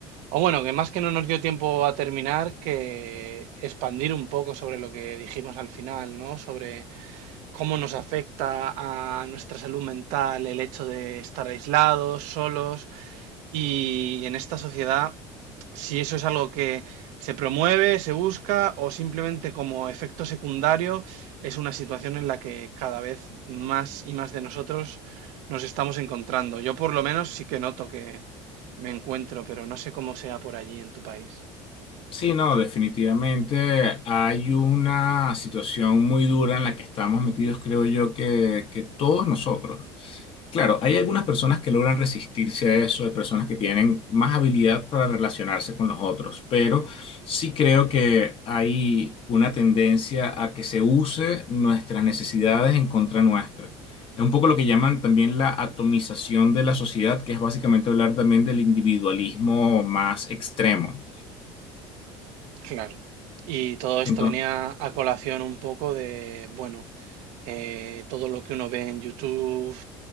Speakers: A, on the right; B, on the left.
A: O bueno, que más que no nos dio tiempo a terminar, que expandir un poco sobre lo que dijimos al final, ¿no? Sobre cómo nos afecta a nuestra salud mental el hecho de estar aislados, solos Y en esta sociedad, si eso es algo que se promueve, se busca o simplemente como efecto secundario, es una situación en la que cada vez más y más de nosotros nos estamos encontrando. Yo por lo menos sí que noto que me encuentro, pero no sé cómo sea por allí en tu país.
B: Sí, no, definitivamente hay una situación muy dura en la que estamos metidos, creo yo, que, que todos nosotros. Claro, hay algunas personas que logran resistirse a eso, hay personas que tienen más habilidad para relacionarse con los otros, pero sí creo que hay una tendencia a que se use nuestras necesidades en contra nuestra. Es un poco lo que llaman también la atomización de la sociedad, que es básicamente hablar también del individualismo más extremo.
A: Claro. Y todo esto
B: Entonces,
A: venía a colación un poco de, bueno, eh, todo lo que uno ve en YouTube